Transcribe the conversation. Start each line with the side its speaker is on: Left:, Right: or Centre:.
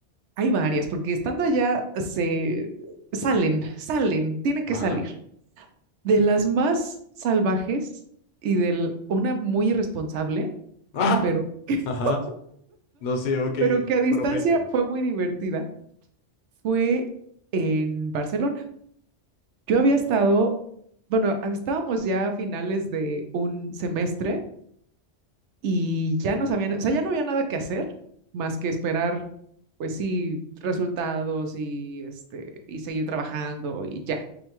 Right: hay varias, porque estando allá se salen, salen, tienen que
Left: Ajá.
Right: salir. De las más salvajes y de una muy irresponsable,
Left: <laughs> Ajá.
Right: pero, <laughs>
Left: Ajá. No sé, ok,
Right: pero que a distancia
Left: promete.
Right: fue muy divertida, fue en Barcelona. Yo
Left: Ok.
Right: había estado, bueno, estábamos ya a finales de un semestre y ya no sabían, o sea, ya no había nada que hacer más que esperar, pues sí, resultados y este, y seguir trabajando y ya.